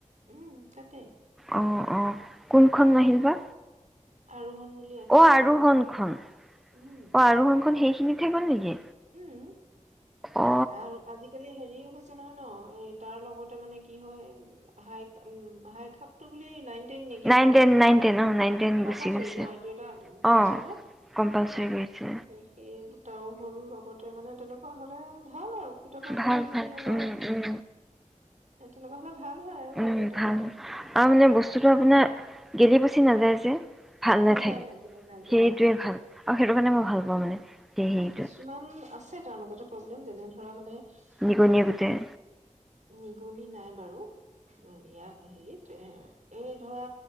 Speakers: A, on the right (about 65°); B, in the centre.
A: উম তাতে
B: অ' অ' কোনখন নাহিল বা
A: আৰোহন বুলি এখন
B: অ'
A: আছে
B: আৰোহন
A: যে
B: খন।
A: উম
B: অ' আৰোহন খন সেইখিনি শেষ হ'ল নেকি
A: উম
B: অ
A: আৰু আজিকালি হেৰিও হৈছে আছে নহয় ন এই তাৰ লগতে মানে কি হয় হাই উম হাই খাপটো বুলি নাই নেকি,
B: নাইন টেন নাইন টেন অ নাইন টেন
A: কম্পালচৰি
B: গুচি গৈছে
A: ন এইটো এটা কৰিছে
B: অ
A: যে?
B: কম্পালচৰি
A: অ'
B: কৰিছে
A: সেইটো ত হ'ল লগতে মানে তেনেকুৱা হ'লে ভাল আৰু কিতাপৰ দোকান
B: ভাল
A: যেতিয়া
B: ভাল
A: ন।
B: উম উম
A: তেনেকুৱা হলে ভাল হয় আৰু
B: উম
A: হেইটো এটা
B: ভাল আৰু মানে বস্তুটো আপোনাৰ গেলি পচি নাযায় যে, ভালহৈ
A: নাযায়
B: থাকে
A: নাযায় নাযায়
B: সেইটোৱে
A: অ
B: ভাল আৰু সেইটো কাৰণে মই ভাল মই মানে সেই হেৰিটো
A: নাই কিছুমান আছে তাৰ মাজতে প্ৰব্লেম যেনে ধৰা মানে
B: নিগনীয়ে
A: উম
B: গোটেই
A: নিগুনি নাই বাৰু উম এয়া অ হেৰি এ এই ধৰা